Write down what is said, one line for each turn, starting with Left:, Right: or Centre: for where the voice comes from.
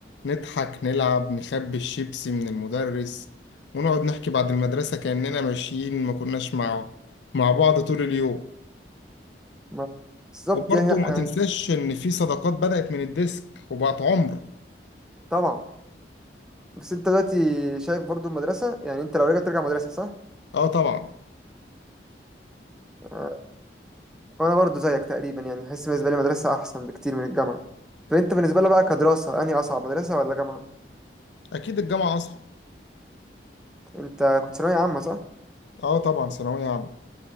Left: نضحك نلعب نخبي الشيبسي من المدرس ونقعد نحكي بعد المدرسة كأننا ماشيين ما كناش مع مع بعض طول اليوم
Centre: ما- بالظبط
Left: وبرضه
Centre: يعني لأ،
Left: ما تنساش إن في صداقات بدأت من الديسك وبقت عمر
Centre: طبعا بس انت دلوقتي شايف برضو المدرسة يعني انت لو رجعت ترجع مدرسة صح؟
Left: آه طبعا
Centre: آه، وانا برضو زيك تقريبا يعني حاسس بالنسبة لي مدرسة احسن بكتير من الجامعة فانت بالنسبة لك بقى كدراسة انهي اصعب مدرسة ولا جامعة؟
Left: أكيد الجامعة أصعب
Centre: انت كنت ثانوية عامة صح؟
Left: آه طبعا ثانوية عامة